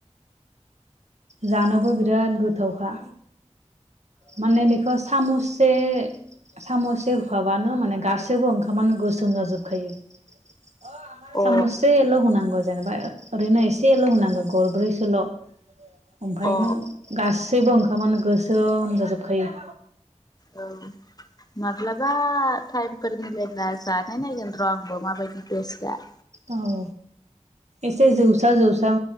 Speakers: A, on the right (about 70°); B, on the left (about 35°).
A: जानोबो बिराद गोथावखा माने बेखौ सामुससे साम'ससे होफाबानो माने गासैबो ओंखामानो गोसोम जाजोबखायो <inaudible>
B: औ
A: सामुससेल
B: अ
A: हुनांगौ जेनेबा ओरैनो एसेल' होनांगौ गरब्रैसोल' ओमफ्रायनो
B: अ
A: गासैबो ओंखामानो गोसोम जाजोबखायो
B: औ माब्लाबा टाइमफोर मिलायब्ला जा नायगोन र' आंबो माबायदि टेस्टआ
A: औ एसे जौसा जौसा